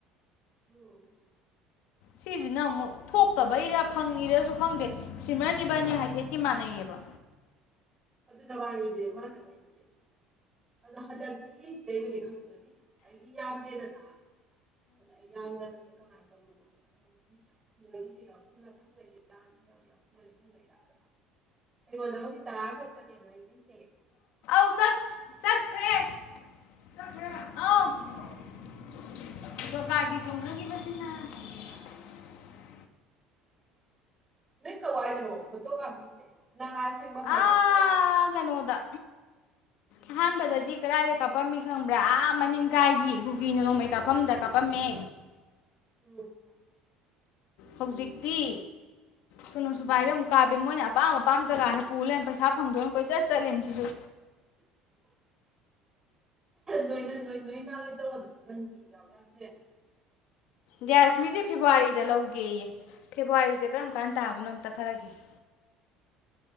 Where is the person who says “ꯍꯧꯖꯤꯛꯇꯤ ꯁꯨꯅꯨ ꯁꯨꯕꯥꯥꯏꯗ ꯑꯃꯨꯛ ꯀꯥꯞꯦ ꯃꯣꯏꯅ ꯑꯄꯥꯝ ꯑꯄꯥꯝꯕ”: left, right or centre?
Left